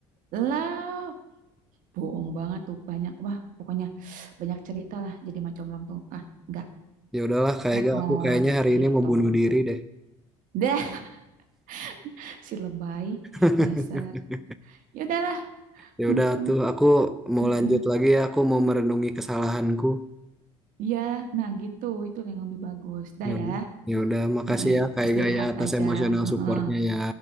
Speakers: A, on the right; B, in the centre.
A: lah. Bohong banget tuh banyak wah pokoknya <sighs> banyak cerita lah jadi mak comblang tuh. Ah, enggak.
B: Ya udahlah kayaknya
A: Tetot
B: aku kayaknya hari
A: gitu.
B: ini mau bunuh diri deh.
A: dah <laughs> si lebay
B: <laughs>
A: dasar. Ya udahlah.
B: Ya
A: Heeh,
B: udah tuh aku mau
A: heeh.
B: lanjut lagi ya, aku mau merenungi kesalahanku.
A: Iya, nah gitu itu yang lebih bagus. Dah
B: Ya
A: ya.
B: ya udah makasih
A: Heeh,
B: ya kayaknya
A: istirahat
B: ya atas
A: aja.
B: emosional
A: Heeh.
B: supportnya ya.